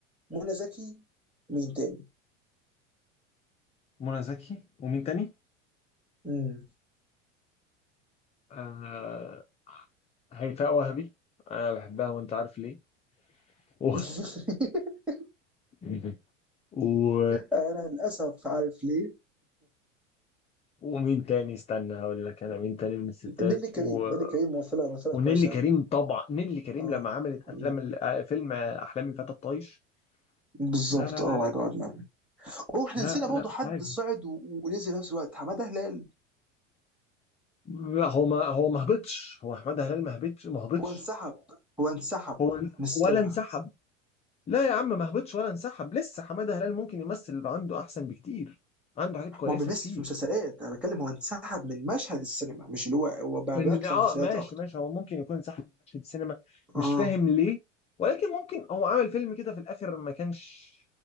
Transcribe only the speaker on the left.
منى زكي ومين تاني؟
آه هيفاء وهبي انا بحبها وانت عارف ليه و...
<laughs> و...
ومين تاني استنى هقول لك انا مين تاني من الستات
و...
ونيلي
كريم
طبعا نيلي كريم
لما عملت
افلام ال... آه، فيلم آه، احلام الفتى الطايش
لا لا
لا لا
لا
لا
حاجه
لا، هو ما هو ما هبطش هو احمد هلال ما هبطش ما هبطش
هو
ولا انسحب لا يا عم ما هبطش ولا انسحب لسه حماده هلال ممكن يمثل يبقى عنده احسن بكتير عنده حاجات كويسه
كتير
ان
اه
ماشي
ماشي هو ممكن يكون انسحب من مشهد السينما مش
فاهم ليه ولكن ممكن هو عامل فيلم كده في الاخر ما كانش